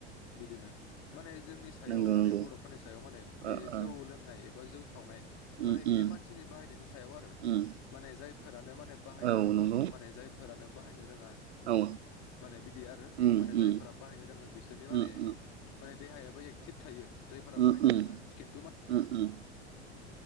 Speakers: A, on the left; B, on the right.
A: बिदिनो माने जोंनि सायाव
B: नंगौ
A: माने
B: नंगौ
A: बर'फोरनि सायाव माने बे
B: ओ ओ
A: जौ लोंनाय ए बा जौ सावनाय
B: उम
A: माने
B: उम
A: बेयो मानसिनि बाहायनायनि सायाव आरो
B: उम
A: माने जायफोरानो माने बाहायनो
B: औ
A: रोंङो
B: नंगौ
A: माने जायफोरानो बाहायनो रोंङा
B: औ
A: माने बिदि आरो
B: उम
A: माने
B: उम
A: जायफोरा बाहायनो रोंङो बिसोरनि माने
B: उम उम
A: देहाया बो एक्टिभ थायो। जायफोरा
B: उम
A: बाहायनो
B: उम
A: रोंङो खिन्थु मा
B: उम उम